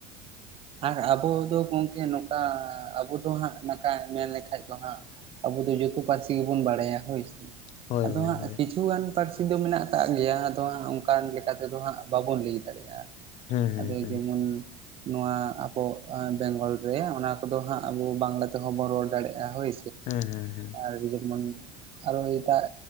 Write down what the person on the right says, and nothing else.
ᱟᱨ ᱟᱵᱚ ᱫᱚ ᱜᱚᱝᱠᱮ ᱱᱚᱝᱠᱟ ᱟᱵᱚ ᱫᱚ ᱦᱟᱸᱜ ᱱᱟᱜᱠᱟᱭ ᱢᱮᱱ ᱞᱮᱠᱷᱟᱡ ᱫᱚ ᱦᱟᱸᱜ ᱟᱵᱚ ᱫᱚ ᱡᱚᱛᱚ ᱯᱟᱹᱨᱥᱤ ᱜᱮᱵᱚᱱ ᱵᱟᱲᱟᱭᱟ ᱦᱳᱭ ᱥᱮ
ᱟᱫᱚ
ᱦᱟᱸᱜ
ᱠᱤᱪᱷᱩᱜᱟᱱ ᱯᱟᱹᱨᱥᱤ ᱫᱚ ᱢᱮᱱᱟᱜ ᱟᱠᱟᱜ ᱜᱮᱭᱟ ᱟᱫᱚ ᱦᱟᱸᱜ ᱚᱝᱠᱟ ᱞᱮᱠᱟ ᱛᱮᱫᱚ ᱦᱟᱸᱜ ᱵᱟᱵᱚᱱ ᱞᱟᱹᱭ ᱫᱟᱲᱮᱭᱟᱜ-ᱟ᱾
ᱟᱫᱚ
ᱡᱮᱢᱚᱱ ᱱᱚᱣᱟ ᱟᱵᱚ ᱵᱮᱝᱜᱚᱞ ᱨᱮ ᱚᱱᱟ ᱠᱚᱫᱚ ᱦᱟᱸᱜ ᱟᱵᱚ ᱵᱟᱝᱞᱟ ᱛᱮᱦᱚᱸ ᱵᱚᱱ ᱨᱚᱲ ᱫᱟᱲᱮᱜ-ᱟ ᱦᱳᱭ
ᱟᱨ ᱡᱚᱢᱚᱱ ᱟᱨᱚ ᱮᱴᱟᱜ